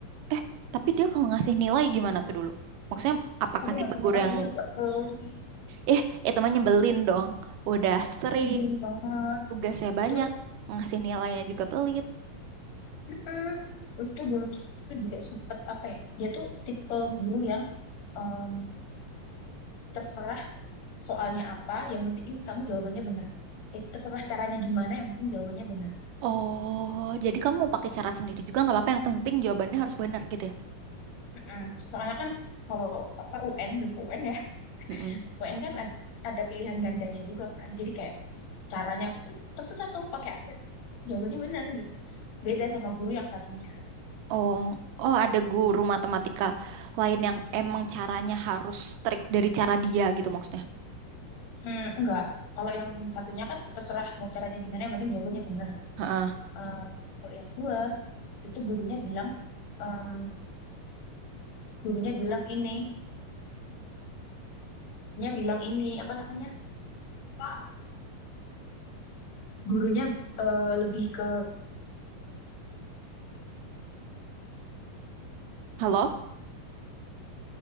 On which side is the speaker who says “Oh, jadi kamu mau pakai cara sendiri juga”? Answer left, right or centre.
Right